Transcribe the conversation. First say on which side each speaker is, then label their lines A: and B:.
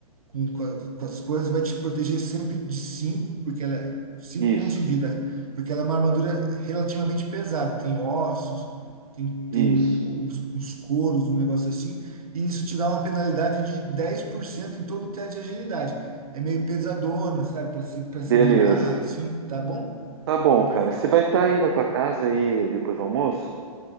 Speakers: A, on the right; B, on the right.
A: com, com, a- com as coisas, vai te proteger sempre de 5 porque ela é 5
B: Isso,
A: pontos de vida, porque ela é uma armadura relativamente pesada, tem ossos, tem, tem
B: isso,
A: uns, uns couros, um negócio assim, e isso te dá uma penalidade de 10% em todo o teste de agilidade. É meio pesadona, sabe, para se, para se
B: beleza.
A: virar assim, tá bom?
B: Tá bom,
A: Então, perfeito.
B: cara. Você vai estar aí na tua casa aí depois do almoço?